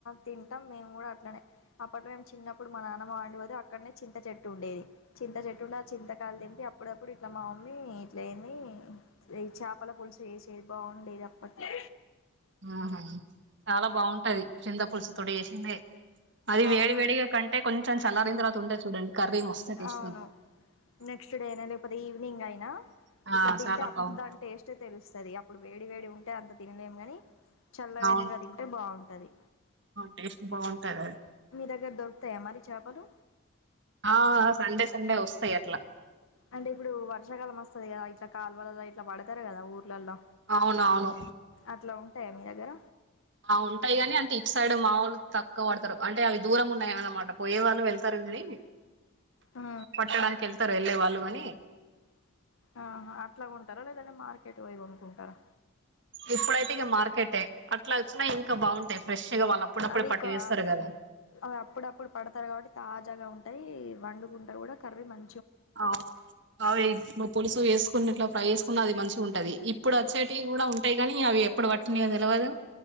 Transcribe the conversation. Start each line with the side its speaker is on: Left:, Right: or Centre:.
Left: తింటాం మేము కూడా అట్లనే అప్పట్ మేము చిన్నప్పుడు మా నాన్న మాండి పోది అక్కడనే చింత చెట్టు ఉండేది చింత చెట్టు ఉండే ఆ చింతకాలు తింటి అప్పుడప్పుడు ఇట్లా మా మమ్మీ ఇట్ల ఏంది ఈ చేపల పులుసు వేసేది బాగుండేది అప్పట్లో
Right: ఆహ చాలా బాగుంటది చింద పులుసు తోడు చేసిండే అది
Left: అవును
Right: వేడి వేడిగా కంటే కొంచ చ లా తరువాత ఉంట చూడండి కర్రీ మస్తు టేస్ట్
Left: అవును
Right: ఉంటది
Left: నెక్స్ట్ డే నా లేకపోతే ఈవనింగ్ అయిం
Right: ఆ
Left: ఇట్లా తింటే
Right: చాలా
Left: అప్పుడు
Right: బాగుంటది
Left: దాని టేస్టే తెలుస్తుది అప్పుడు వేడి వేడి ఉ టే అంత తినలేం కానీ చల్లగా
Right: అవును
Left: అయినాక తింటే బాగుం టది
Right: టేస్ట్ బాగుంటది అది
Left: మీ దగ్గర దొరుకుతాయా మరి చేపలు
Right: ఆ సండే సండే వస్తాయి అట్లా
Left: అంటే ఇప్పుడు వర్షాకాలం వస్తుది కదా ఇట్లా కాలువల ఇట్లా పడతారు కదా ఊరు ర్లలో
Right: అవునవును
Left: అట్లా టాయా మీ దగ్గర
Right: ఆ ఉంటాయి గాని అంటే ఇటు సైడ్ మాముూలు తక్కువ పడతారు అంటే అవి దూరం ఉన్నాయ అనమాట పోయే వాళ్ళు వెళ్తారు కానీ
Left: ఆ
Right: పట్టడానికిళ్తారు వెళ్ళే వాళ్ళు మని
Left: ఆ అట్లా కొంటారా లేదంటే మార్కెట్ పోయి కొనుకుంటారా
Right: ఇప్పుడైతే ఇగ మార్కెటే అట్లా వచ్చిన ఇం కా బాగుంటాయి ఫ్రెష్ గా వాళ్ళు అప్పుడప్పుడే
Left: అవి
Right: పట్టి
Left: కా
Right: చేస్తారు కదా
Left: అవి అప్పుడప్పుడు పడతారు కాబట్టి తాజాగా ఉంటాయి వండుకుంట కూడా కర్రి మం
Right: ఆవు అవే పులుసు వేసుకునీ గిట్లా ప్రై ఎస్ ఉన్నది మంచిగా ఉంటది ఇప్పు డ చెటివి కూడా ఉంటాయి కాని అవి ఎప్పుడు వట్టింది నే తెలవదు